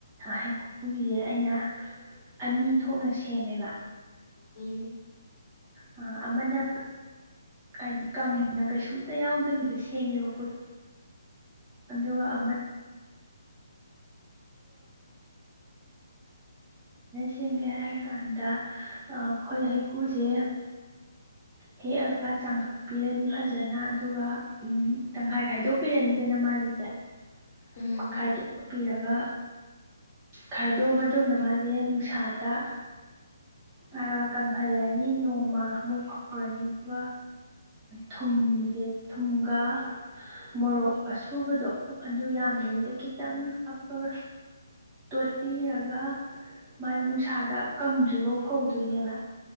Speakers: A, on the right (about 20°); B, on the left (about 45°).
A: ꯍꯩꯀꯨꯒꯤꯁꯦ ꯑꯩꯅ ꯑꯅꯤ ꯊꯣꯛꯅ ꯁꯦꯝꯃꯦꯕ
B: ꯎꯝ
A: ꯑ ꯑꯃꯅ ꯍꯥꯏꯗꯤ ꯀꯪꯅ ꯀꯩꯁꯨꯝꯇ ꯌꯥꯎꯗꯕꯤꯗꯣ ꯁꯦꯝꯃꯦꯕꯀꯣꯠ ꯑꯗꯨꯒ ꯑ ꯁꯦꯝꯒꯦ ꯍꯥꯏꯔ ꯀꯥꯟꯗ ꯑꯩꯈꯣꯏ ꯍꯩꯀꯨꯁꯦ ꯍꯦꯛꯑꯒ ꯆꯥꯝꯊꯣꯛꯄꯤꯔꯅꯤ ꯐꯖꯅ ꯑꯗꯨꯒ ꯇꯪꯈꯥꯏ ꯈꯥꯏꯗꯣꯛꯄꯤꯔꯅꯤꯗꯅ ꯃꯥꯒꯤꯁꯦ <inaudible>
B: ꯎꯝ
A: ꯈꯥꯏꯗꯣꯛꯄꯤꯔꯒ ꯈꯥꯏꯗꯣꯛꯑ ꯃꯇꯨꯡꯗ ꯃꯥꯁꯦ ꯁꯥꯗ ꯈꯔ ꯀꯪꯍꯜꯂꯅꯤ ꯅꯣꯡꯃ ꯑꯃꯨꯛ ꯐꯥꯎꯔꯅꯤ ꯑꯗꯨꯒ ꯊꯨꯝꯁꯦ ꯊꯨꯝꯒ ꯃꯣꯔꯣꯛ ꯑꯁꯨꯕꯗꯣ ꯑꯗꯨ ꯌꯥꯝꯗꯕꯤꯗ
B: ꯎꯝ
A: ꯈꯤꯇꯪ ꯍꯥꯞꯄꯒ ꯇꯣꯠꯄꯤꯔꯒ ꯃꯥꯁꯦ ꯅꯨꯡꯁꯥꯗ ꯀꯪꯗ꯭ꯔꯤꯕꯐꯥꯎ ꯐꯧꯗꯣꯏꯅꯦꯕ